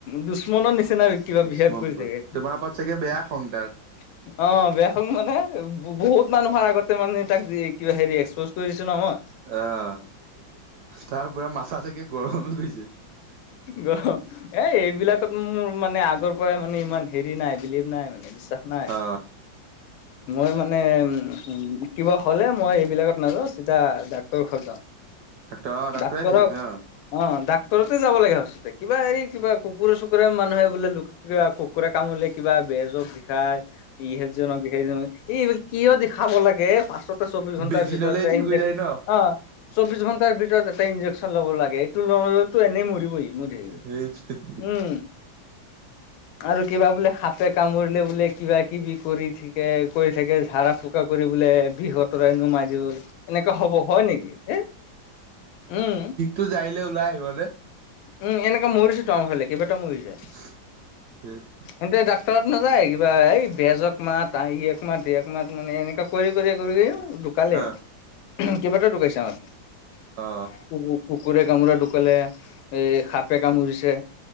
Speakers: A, on the left; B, on the right.
A: দুশ্মনৰ নিচিনা কিবা
B: দুশ্মন
A: বিহেব কৰি
B: পুৰা
A: থাকে।
B: তোমাৰ ওপৰত চাগে বেয়া খং
A: <inaudible>
B: তাৰ
A: অ, বেয়া হ'ব মানে, বহুত মানুহৰ আগতে মানে তাক কিবা হেৰি এক্সপজ কৰি দিছো ন মই
B: আহ, তাৰ পৰা মাথা চাগে গৰম গৈছে।
A: গৰম এ, এইবিলাকত মোৰ মানে আগৰ পৰাই মানে ইমান হেৰি নাই, বিলিভ নাই মানে বিশ্বাস নাই।
B: অ
A: মই মানে উম, মোটিব হ'লে মই এইবিলাকত নাযাওঁ চিধা‌ ডাক্তৰৰ ঘৰত যাওঁ।
B: ডাক্তৰ অ ডাক্তৰে
A: ডাক্তৰক
B: ঠিক আছে অ
A: অ, ডাক্ত তৰতে যাব লাগে সঁচা, কিবা এই কিবা কুকুৰে-চুকুৰে মানুহে বোলে। লোক কিবা, কুকুৰে কামোলে কিবা বেজক দেখাই। ইহেজনক-সেইজনক এই কিয় দেখাব লাগে পাছত চৌবিশ ঘণ্টাৰ
B: বেজি
A: ভিতৰত
B: ললে ঠিক
A: ইনযেক-অ,
B: হৈ যায় ন
A: চৌবিশ ঘণ্টাৰ ভিতৰত এটা ইন্জেকশ্যন ল'ব লাগে, এইটো নললে এনেই মৰিব ই <unintelligible>
B: সেইটোৱে।
A: উম, আৰু কিবা বোলে সাপে কামুৰিলে বোলে, কিবা-কিবি- কৰি থ গতিকে কৈ থাকে ঝড়া ফুকা কৰিব বোলে, বিশ অতৰাই নোমাই দিওঁ। এনেকুৱা হ'ব হয় নেকি হে উম,
B: তোৰ যাৰিলে ওলাই আহিব দে
A: উম, এনেকে মৰিছেটো আমাৰ ফালে কেইবাটাও মৰিলে।
B: <inaudible>
A: এন্তে ডাক্তৰত নাযায় কিবা, এই বেজক মাত ইক মাত একক মাত মানে এনেকুৱা কৰি, কৰি, কৰি, কৰি, ঢোকালে
B: অ
A: কেইবাটাও ঢোকাইছে আমা
B: অ
A: কুকুৰে কামোৰে ঢুকালে, এ সাপে কামুৰিছে